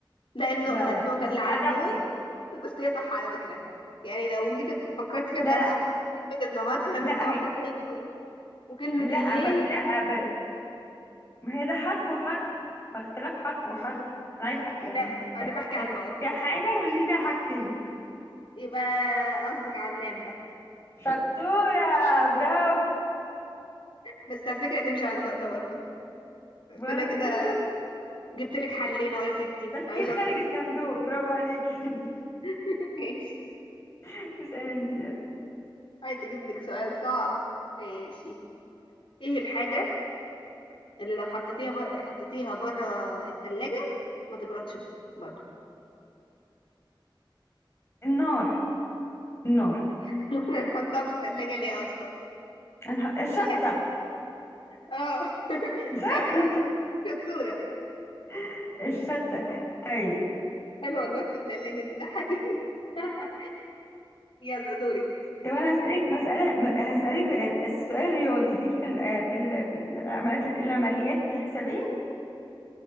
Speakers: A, on the left; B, on the left.
A: لا النقطة
B: لا لا
A: النقطة
B: بس
A: اللي
B: انت
A: على النون
B: قربتي
A: <laughs> بس هي صح على فكرة يعني لو جيت فكرت فيها
B: لا
A: تلاقيها
B: لا
A: صح كلمة النهار فيها
B: لا
A: نقطة واحدة
B: هي
A: فوق النون وكلمة
B: لا
A: الليل
B: ما لا ب... ما هي ده حرف وحرف باختلاف حرف وحرف انا عايزة ح- يعني
A: لا أنا
B: آه،
A: بحكي عن نقط
B: فيها حاجة والليل فيها حاجتين
A: يبقى قصدك على اللام بقى
B: شطورة برافو
A: بس على فكرة تمشي على النقطة برضو
B: وال-
A: فأنا كده
B: بصي
A: جبت لك حلين أهو يا ستي
B: تفكير
A: أنا شاطرة
B: خارج الصندوق برافو عليكي
A: <laughs> ماشي
B: <laughs> اسألي انت
A: عايزة أجيب لك سؤال صعب ماشي إيه الحاجة اللي لو حطيتيها ب... حطيتيها بره التلاجة ما تبردش برضو
B: النار النار
A: <laughs> واحنا نحطها في التلاجة ليه أصلا
B: الح- الشتة
A: لا. اه <laughs>
B: صح
A: شاطرة شطورة
B: <laughs> الشتة طيب
A: حلوة الماء في التلاجة دي ضحكتني <laughs> يلا دورك
B: طب انا هسألك مسألة م- هسألك السؤال الرياضي ليكي في ال في ال في العمليات العمليات الحسابية